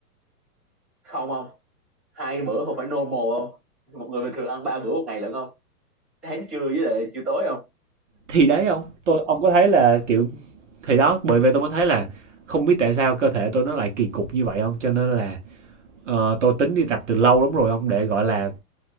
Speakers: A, in the centre; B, on the right (about 50°).
A: không không hai bữa không phải normal không một người bình thường ăn ba bữa một ngày lận không sáng trưa với lại chiều tối không
B: thì đấy ông tôi ông có thấy là kiểu thì đó bởi vậy tôi mới thấy là không biết tại sao cơ thể tôi nó lại kỳ cục như vậy không cho nên là ờ, tôi tính đi tập từ lâu lắm rồi ông để gọi là